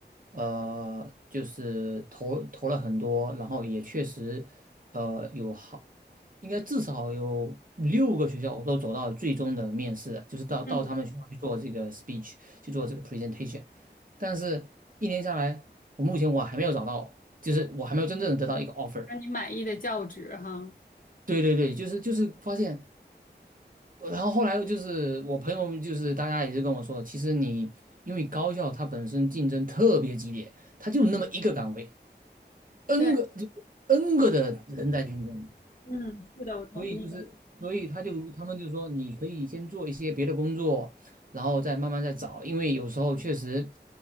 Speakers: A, on the right; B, on the left.
A: 呃，就是投投了很多，然后也确实呃有好，应该至少有六个学校我都走到最终的面试了，就是到到他们学校去做这个
B: 嗯，
A: speech，去做这个 presentation，但是一年下来，我目前我还没有找到。就是我还没有真正的得到一个 offer。
B: 让你满意的教职哈。
A: 对对对，就是就是发现，呃然后后来就是我朋友们就是大家也就跟我说，其实你因为高校它本身竞争特别激烈，它就那么一个岗位，n
B: 对，
A: 个就 n 个的人在竞争，
B: 嗯，是的，我同意。
A: 所以就是所以他就他们就说你可以先做一些别的工作，然后再慢慢再找，因为有时候确实